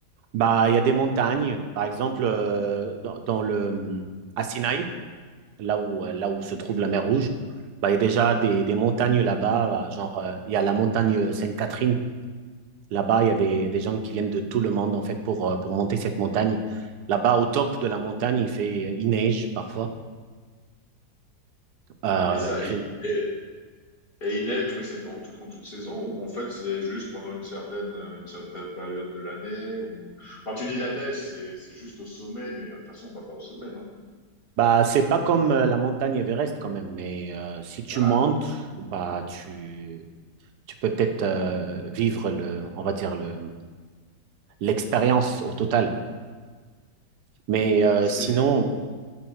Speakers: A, on the right; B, on the left.
A: Bah, il y a des montagnes, par exemple, euh, dans, dans le, hum, à Sinaï. là où, euh, là où se
B: Mhm.
A: trouve la mer Rouge. Bah, il y a déjà des, des montagnes là-bas, bah, genre euh, il y a la montagne euh, Sainte-Catherine. Là-bas, il y a des, des gens qui viennent de tout le monde en fait pour, euh, pour monter cette montagne. Là-bas, au top de la montagne, il fait, euh, il neige parfois. Euh,
B: Et ça,
A: il
B: et,
A: fait,
B: et- et il neige, mais c'est en, tout, en toute saison ou en fait c'est juste pendant une certaine, euh, une certaine période de l'année ou quand tu dis la neige, c'est c'est juste au sommet, mais euh, de toute façon on va pas au sommet, non?
A: bah, c'est pas comme euh, la montagne Everest quand même, mais euh, si tu
B: Voilà.
A: montes, bah, tu, tu peux peut-être euh, vivre le, on va dire le, l'expérience au total. Mais euh,
B: Ah, c'est-
A: sinon,